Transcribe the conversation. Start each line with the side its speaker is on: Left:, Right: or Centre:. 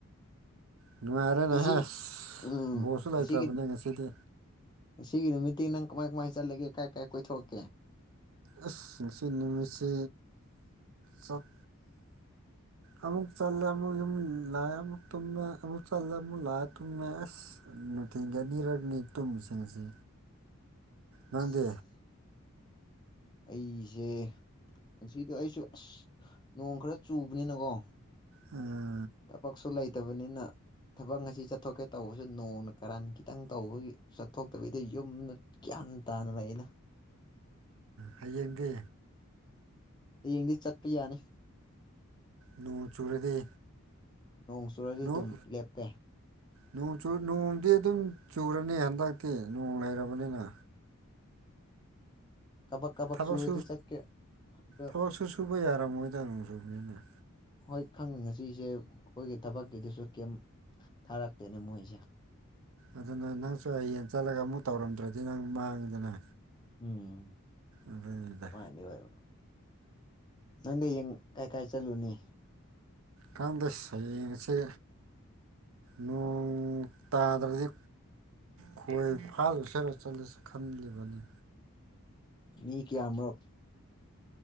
Right: ꯅꯨꯡꯉꯥꯏꯔꯦ
Left: ꯉꯁꯤ
Right: ꯅꯦꯍꯦ
Left: ꯎꯝ
Right: ꯕꯣꯁꯁꯨ ꯂꯩꯇ꯭ꯔꯕꯅꯦ
Left: ꯉꯁꯤꯒꯤ
Right: ꯉꯁꯤꯗꯤ
Left: ꯉꯁꯤꯒꯤ ꯅꯨꯃꯤꯠꯇꯤ ꯅꯪ ꯀꯃꯥꯏ ꯀꯃꯥꯏꯅ ꯆꯠꯂꯒꯦ ꯀꯥꯏ ꯀꯥꯏ ꯀꯣꯏꯊꯣꯛꯀꯦ
Right: ꯑꯁ ꯉꯁꯤ ꯅꯨꯃꯤꯠꯁꯤ ꯆꯠ ꯑꯃꯨꯛ ꯆꯠꯂꯦ ꯑꯃꯨꯛ ꯌꯨꯝ ꯂꯥꯑꯦ ꯑꯃꯨꯛ ꯇꯨꯝꯃꯦ ꯑꯃꯨꯛ ꯆꯠꯂꯦ ꯑꯃꯨꯛ ꯂꯥꯑꯦ ꯇꯨꯝꯃꯦ ꯑꯁ ꯅꯨꯡꯊꯤꯟꯒꯤ ꯑꯅꯤꯔꯛꯅꯤ ꯇꯨꯝꯃꯤꯁꯦ ꯉꯁꯤ ꯅꯪꯗꯤ
Left: ꯑꯁ ꯑꯩꯁꯦ ꯉꯁꯤꯗꯣ ꯑꯩꯁꯨ ꯑꯁ ꯅꯣꯡ ꯈꯔ ꯆꯨꯕꯅꯤꯅꯀꯣ
Right: ꯎꯝ
Left: ꯊꯕꯛꯁꯨ ꯂꯩꯇꯕꯅꯤꯅ ꯊꯕꯛ ꯑꯁꯤ ꯆꯠꯊꯣꯛꯀꯦ ꯇꯧꯕꯁꯨ ꯅꯣꯡꯅ ꯀꯔꯥꯟ ꯈꯤꯇꯪ ꯇꯧꯕꯒꯤ ꯆꯠꯊꯣꯛꯇꯕꯤꯗ ꯌꯨꯝꯗ ꯒ꯭ꯌꯥꯟ ꯇꯅ ꯂꯩꯩꯗ
Right: ꯍꯌꯦꯡꯗꯤ
Left: ꯍꯌꯦꯡꯗꯤ ꯆꯠꯄ ꯌꯥꯅꯤ
Right: ꯅꯣꯡ ꯆꯨꯔꯗꯤ
Left: ꯅꯣꯡ ꯆꯨꯔꯗꯤ
Right: ꯅꯣꯡ
Left: ꯑꯗꯨꯝ ꯂꯦꯞꯄꯦ
Right: ꯅꯣꯡ ꯅꯣꯡꯗꯤ ꯑꯗꯨꯝ ꯆꯨꯔꯅꯤ ꯍꯟꯗꯛꯇꯤ ꯅꯣꯡ ꯂꯩꯔꯕꯅꯤꯅ
Left: ꯀꯕꯛ ꯀꯕꯛ
Right: ꯊꯕꯛꯁꯨ
Left: ꯁꯨꯨꯔꯗꯤ ꯆꯠꯀꯦ ꯑꯗꯣ
Right: ꯊꯕꯛꯁꯨ ꯁꯨꯕ ꯌꯥꯔꯝꯃꯣꯏꯗ ꯅꯣꯡ ꯆꯨꯕꯅꯤꯅ
Left: ꯍꯣꯏ ꯈꯪꯅꯤ ꯉꯁꯤꯁꯦ ꯑꯩꯈꯣꯏꯒꯤ ꯊꯕꯛꯀꯤꯗꯨꯁꯨ ꯀꯩꯝ ꯊꯥꯔꯛꯇꯦꯅꯦ ꯃꯣꯏꯁꯦ
Right: ꯑꯗꯨꯅ ꯅꯪꯁꯨ ꯍꯌꯦꯡ ꯆꯠꯂꯒ ꯑꯃꯨꯛ ꯇꯧꯔꯝꯗ꯭ꯔꯗꯤ ꯅꯪ ꯃꯥꯡꯉꯤꯗꯅ
Left: ꯎꯝ
Right: ꯑꯗꯨꯅꯤꯗ
Left: ꯃꯥꯥꯏꯗꯤ ꯑꯣꯏ ꯅꯪꯗꯤ ꯌꯦꯡ ꯀꯥꯏ ꯀꯥꯏ ꯆꯠꯂꯨꯅꯤ
Right: ꯀꯥꯟꯗ ꯁꯅꯁꯦ ꯅꯣꯡ ꯇꯥꯗ꯭ꯔꯗꯤ ꯈꯣꯏ ꯐꯥꯂꯨꯁꯦꯠꯂ ꯆꯠꯂꯁꯤ ꯈꯜꯂꯤꯕꯅꯤ
Left: ꯃꯤ ꯀꯌꯥꯃꯔꯛ